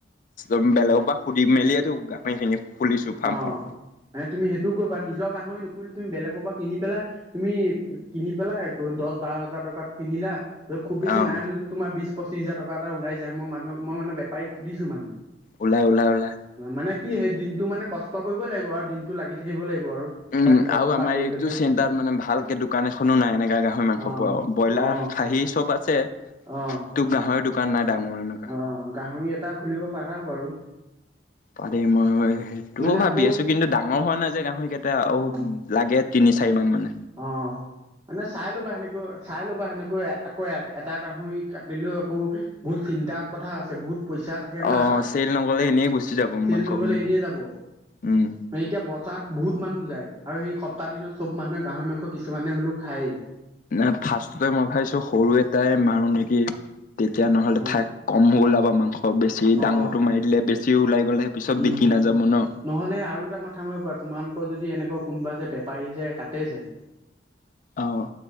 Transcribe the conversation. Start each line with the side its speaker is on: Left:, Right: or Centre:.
Left: উম বেলেগৰ পৰা সুধি মেলিয়টো গা সেইখিনি। খুলিছোঁ ফাৰ্ম
Right: অ
Left: বোৰ
Right: মানে তুমি নিজৰ গাহৰি নকৰিলো তুমি বেলেগৰ পৰা কিনি পেলাই তুমি কিনি পেলাই দহ বাৰ হাজাৰ টকাত কিনিলা। ত খুব বেছি
Left: অহ
Right: নাই হলে তো তোমাৰ বিছ পঁচিছ হাজাৰটকা এটা ওাই যায় মানুহ মান বোৰী সুধিছো মানে।
Left: ওলাই ওলাই ওলাই।
Right: মানে কি সেই দিনটো মানে। কষ্ট কৰিবই লাগিব আৰু দিনতটো লাগি থাকিব লাগিব আৰু
Left: উম
Right: ৰাতিপুৱা
Left: আৰু
Right: পৰা
Left: আমাৰ
Right: আবেলিলৈকে
Left: এইটো চেণ্টাৰত মানে ভালকে দোকান এখনো নাই এনেকা গাহৰি মাংস
Right: অ
Left: পোৱা ব্ৰইলাৰ
Right: অ
Left: খাহী চব আছে
Right: অ
Left: তোক গাহৰি দান। দোকান নাই। ডাঙৰ এনেকুৱা
Right: অ 'গাহৰি এটা খুলিব পাৰা বাৰু
Left: পাৰি মই সেইটোও
Right: মানে
Left: ভাবি
Right: আকৌ
Left: আছো কিন্তু ডাঙৰ হোৱা নাই যে গাহৰি কেইটা আৰু
Right: উম
Left: লাগে। তিনি চাৰিমাহমান
Right: অ' মানে চাই ল'বা সেনেকো চাই ল'বা সেনেকৈ আকৌ এটা গাহৰি কাটিলেও আকৌ বহুত চিন্তাৰ কথা আছে বহুত কম পইচা থাকে না
Left: অ
Right: তাত
Left: চেল নগলে এনেই গুচি যাব
Right: চেল
Left: মাংসখিনি
Right: নগ'লে এনেই যাব
Left: উম
Right: এতিয়া বজাৰত বহুত মানুহ যায় আৰু সেই তাৰ দিনত চব মানুহে। গাহৰি মাংস কিছুমানে হ'লেও খায়।
Left: ন ফাৰ্ষ্টতে মই ভাবিছো সৰু এটাই মাৰো নেকি। তেতিয়া নহ'লে
Right: অ
Left: ঠাইাক কম ওলাব মাংস বেছি ডাঙৰটো
Right: অ
Left: মাৰি দিলে বেছি। যি ওলাই। গ'লে পিছত বিকি
Right: উম
Left: নাযাব ন।
Right: নহ'লে আৰু এটা মাথা মাৰিব পৰা তোমালোকৰ যদি। যদি এনেকুৱা কোনোবা যে বেপাৰী যে কাটে যে।
Left: অঁ